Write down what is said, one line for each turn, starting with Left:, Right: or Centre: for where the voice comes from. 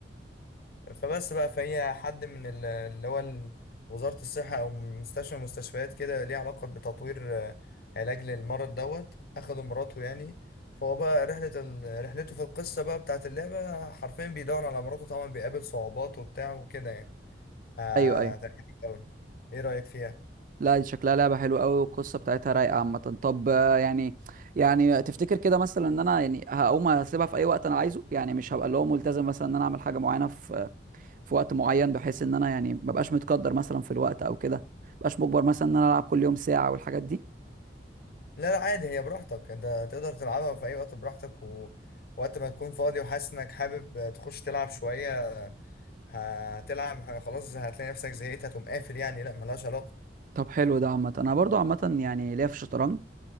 Left: فبس بقى فهي حد من ال- اللي هو ال- وزارة الصحة أو مستشفى من المستشفيات كده ليه علاقة بتطوير آه، علاج للمرض دوت أخده مراته يعني فهو بقى رحلة ال... رحلته في القصة بقى بتاعت اللعبة حرفيا بيدور على مراته طبعا بيقابل صعوبات وبتاع وكده يعني هتعجبك
Right: ايوه ايوه
Left: أوي إيه رأيك فيها؟
Right: لا دي شكلها لعبه حلوه قوي والقصه بتاعتها رايقه عامه طب آه، يعني يعني تفتكر كده مثلا ان انا يعني هقوم اسيبها في اي وقت انا عايزه يعني مش هبقى اللي هو ملتزم مثلا ان انا اعمل حاجه معينه في في وقت معين بحيث ان انا يعني مبقاش متقدر مثلا في الوقت او كده مبقاش مجبر مثلا ان انا العب كل يوم ساعه والحاجات دي
Left: لا لا عادي هي براحتك أنت تقدر تلعبها في أي وقت براحتك و... وقت ما تكون فاضي وحاسس إنك حابب تخش تلعب شوية هتلعب ه- خلاص هتلاقي نفسك زهقت هتقوم قافل يعني لا ملهاش علاقة
Right: طب حلو ده عامه انا برضو عامه يعني ليا في الشطرنج